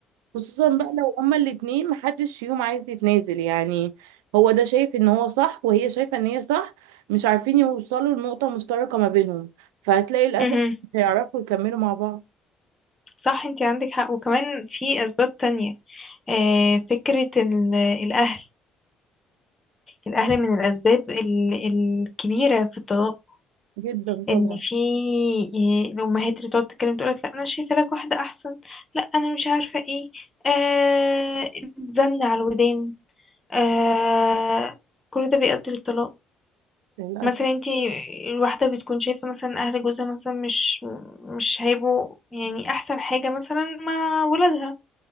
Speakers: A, on the right (about 70°); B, on the left (about 25°).
A: خصوصا بقى لو هما الاتنين محدش فيهم عايز يتنازل يعني هو ده شايف ان هو صح وهي شايفة ان هي صح مش عارفين يوصلوا لنقطة مشتركة ما بينهم فهتلاقي للأسف
B: امم
A: مش هيعرفوا يكملوا مع بعض
B: صح انت عندك حق وكمان في اسباب تانية آه، فكرة ال- الاهل الاهل من الاسباب ال- الكبيرة في الطلاق
A: جدا
B: ان
A: طبعا
B: في آه، الامهات اللي تقعد تتكلم تقولك لا انا شايفه لك واحده احسن لا انا مش عارفه ايه آه زن على الودان آه كل ده بيؤدي للطلاق
A: للأسف
B: مثلا انت الواحده بتكون شايفه مثلا اهل جوزها مثلا مش مش هيبقوا يعني احسن حاجه مثلا مع ولادها